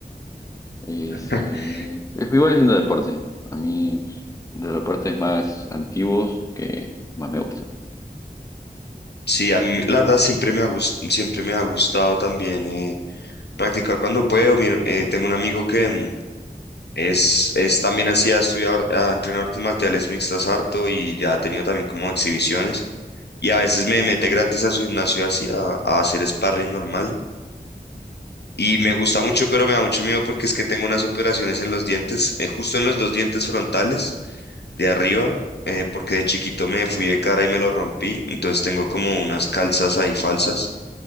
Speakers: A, on the left (about 20°); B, on the left (about 85°).
A: Es,
B: <laughs>
A: eh, es igual haciendo deporte. A mí de los deportes más antiguos que más me gustan.
B: Sí, a mí la verdad siempre me ha gus- siempre me ha gustado también eh, practicar cuando puedo. Mira, eh, tengo un amigo que mm, es, es también así, ha estudiado, ar- ha entrenado artes marciales mixtas harto y ya ha tenido también como exhibiciones. Y a veces me mete gratis a su gimnasio así a, a hacer sparring normal. Y me gusta mucho, pero me da mucho miedo porque es que tengo unas operaciones en los dientes, eh, justo en los dos dientes frontales de arriba, eh, porque de chiquito me fui de cara y me lo rompí. Entonces tengo como unas calzas ahí falsas